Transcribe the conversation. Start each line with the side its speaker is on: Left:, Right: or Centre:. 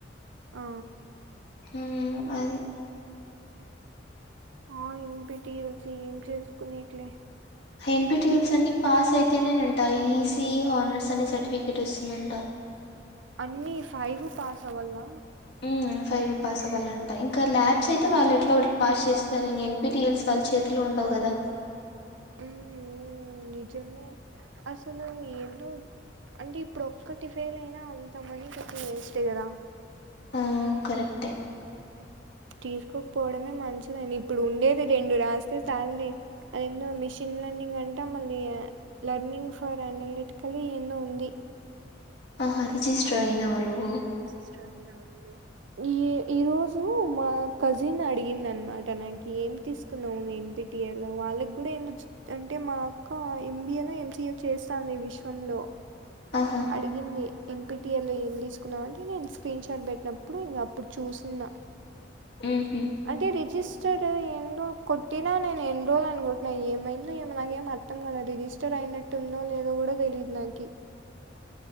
Right: ఆ
Left: ఉమ్ అది
Right: ఆ ఎంపిటీయల్స్ ఏం చేసుకునేకిలే
Left: ఎన్పిటియల్స్ అన్ని పాస్ అయితేనేనంట ఈసిఈ హనర్స్ అని సర్టిఫికేట్ వస్తుందంట
Right: అన్ని ఫైవ్ పాస్ అవ్వాల
Left: ఉమ్మ్ ఫైవ్ పాస్ అవ్వాలంట ఇంకా ల్యాబ్స్ అయితే వాళ్ళు ఎట్లో గట్ల పాస్ చేస్తారు ఇంక ఎన్ పిటియల్స్ వాళ్ళ చేతిలొ ఉండవు కదా
Right: ఉమ్ నిజమే అసలు ఏందో అంటే ఇప్పుడు ఒక్కటి ఫెయిల్ అయినా అంత మినీ కట్టి వేస్టే కదా
Left: ఆ కరెక్టే
Right: అవును కరెక్టే తీసుకోకపోవడమే మంచిదండి ఇప్పుడు ఉండేది రెండు రాస్తే చాల్లే అదెందో మిషిన్ లెర్నింగ్ నింగ్ అంట మళ్ళీ లర్నింగ్ ఫర్ అనాలటికల్ ఏందో ఉంది
Left: ఆహ రిజిస్టర్ అయినవా నువ్వు
Right: ఆహా రిజిస్టర్ అయినావా నువ్వు ఈ ఈ రోజు మా కసిన్ అడిగిందనమాట నాకి ఏం తీసుకున్నావు విన్పి టి ఏ లో వాళ్ళకి కూడా <unintelligible> అంటే మా అక్క M B A no M C A చేస్తాంది విశ్వం లో
Left: ఆహా
Right: అడిగింది ఎన్ పి టి ఎల్ లో ఏం తీసుకున్నావు అంటే నేను స్క్రీన్ షాట్ పెట్టినప్పుడు ఇంగ అప్పుడు చూసిన్నా
Left: ఊహూ
Right: అంటే రిజిస్టర్డ్ ఏందో కొట్టినా నేను ఎన్రోల్ అని కొట్టినా ఏమైందో ఏమో నాకేం అర్ ర్తం కాలా రిజిస్టర్ అయినట్టుందో లేదో కూడా తెలియదు నాకి